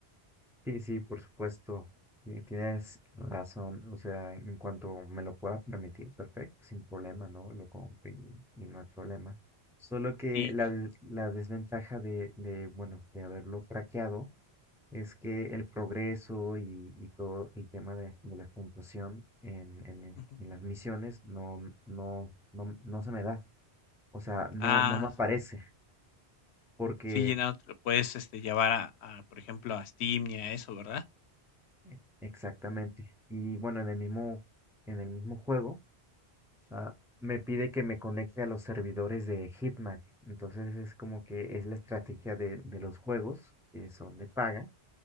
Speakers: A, in the centre; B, on the left (about 80°).
A: sí, sí, por supuesto. y Tienes razón. O sea, en cuanto me lo pueda permitir, perfecto, sin problema, ¿no? Lo compro y, y no hay problema. Solo que
B: Y,
A: la, des- la desventaja de, de, bueno, de haberlo craqueado es que el progreso y, y todo el tema de, de la puntuación en, en, en
B: ujú.
A: las misiones no, no, no, no se me da. O sea, no,
B: Ah,
A: no me aparece porque
B: Sí, llenado te lo puedes, este, llevar a a, por ejemplo, a Steam y a eso, ¿verdad?
A: e- exactamente. Y bueno, en el mismo, en el mismo juego. Ah, me pide que me conecte a los servidores de Hitman. Entonces es como que es la estrategia de, de los juegos que son de paga